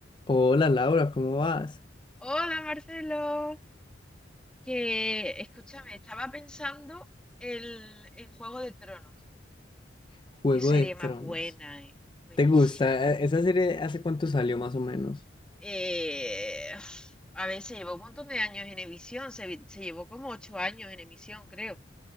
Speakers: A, on the left (about 25°); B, in the centre.
A: Hola Laura, ¿cómo vas?
B: Hola Marcelo, que escúchame, estaba pensando el- en Juego de Tronos.
A: Juego
B: Qué serie
A: de Tronos.
B: más buena, eh. Buenísima.
A: ¿Te gusta? Eh, ¿Esa serie hace cuánto salió más o menos?
B: Eh, uf, a ver, se llevó un montón de años en emisión, se, vi- se llevó como ocho años en emisión, creo.